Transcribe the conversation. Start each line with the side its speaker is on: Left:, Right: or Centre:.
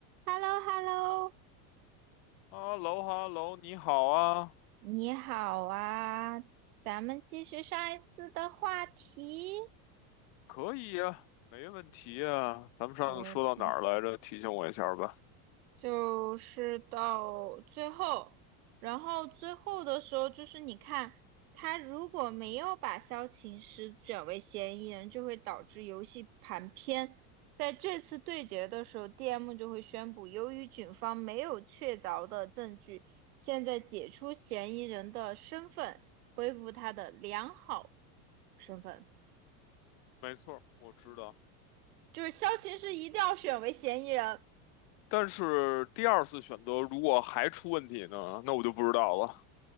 Right: h e l l o h e l l o
Left: 哈喽哈喽，你好啊，
Right: 你好啊，咱们继续上一次的话题，
Left: 可以呀，没问题呀。咱们上次说到哪儿来着？
Right: OK，
Left: 提醒我一下儿吧。
Right: 就是到最后，然后最后的时候就是你看，他如果没有把萧琴师选为嫌疑人，就会导致游戏盘偏。在这次对决的时候，DM 就会宣布，由于警方没有确凿的证据，现在解除嫌疑人的身份，恢复他的良好。身份，
Left: 没错儿，我知道。
Right: 就是肖琴是一定要选为嫌疑人，
Left: 但是第二次选择如果还出问题呢，那我就不知道了。